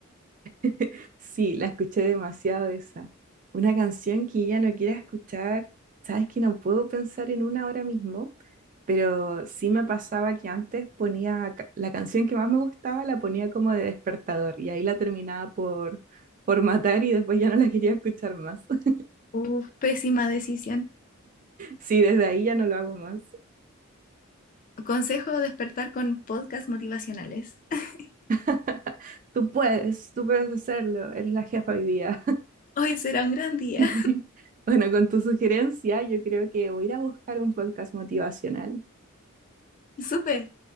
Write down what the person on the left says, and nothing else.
Uf, pésima decisión.
Consejo despertar con podcasts motivacionales. <laughs>
Hoy será un gran día.
<laughs> Súper.